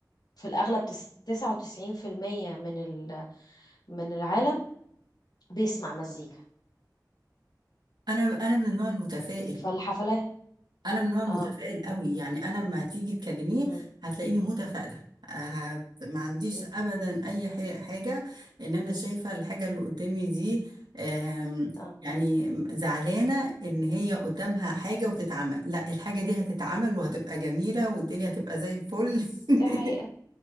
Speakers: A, on the left; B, on the right.
A: في الاغلب تس- 99% من ال... من العالم بيسمع مزيكا
B: انا انا من النوع المتفائل
A: فالحفلات
B: انا من النوع المتفائل
A: اه
B: قوي يعني انا لما تيجي تكلميه
A: م-
B: هتلاقيني متفائله هت- ما عنديش
A: م-
B: ابدا اي ح- حاجه ان انا شايفه الحاجه اللي قدامي دي آم،
A: اه
B: يعني زعلانه ان هي قدامها حاجه وتتعمل لا الحاجه دي هتتعمل وهتبقى جميله والدنيا تبقى زي الفل
A: دي
B: <laughs>
A: حقيقة